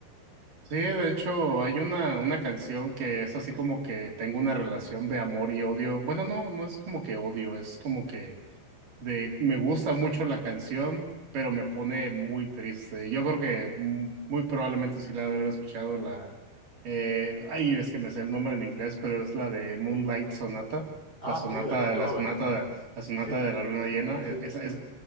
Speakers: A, on the right; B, on the left.
A: Sí, de hecho, hay una, una canción que es así como que tengo una relación de amor y odio. Bueno, no, no es como que odio, es como que de me gusta mucho la canción, pero me pone muy triste. Yo creo que mu- muy probablemente sí la de haber escuchado la eh, ay, es que me sé el nombre en inglés, pero es la de Moonlight Sonata,
B: Ah,
A: la sonata,
B: sí, de Beethoven.
A: la sonata, la sonata
B: Sí,
A: de la luna llena.
B: sí,
A: E- Esa, es,